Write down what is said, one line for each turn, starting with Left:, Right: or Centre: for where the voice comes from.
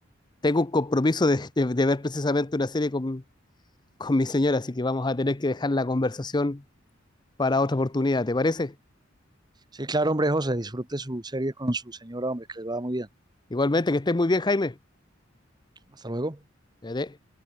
Left: tengo un compromiso de, de- de ver precisamente una serie con, con mi señora, así que vamos a tener que dejar la conversación para otra oportunidad, ¿te parece?
Right: Sí, claro, hombre, José, disfrute su serie con su señora, hombre, que les va muy bien.
Left: Igualmente, que estés muy bien, Jaime.
Right: Hasta luego.
Left: Cuídate.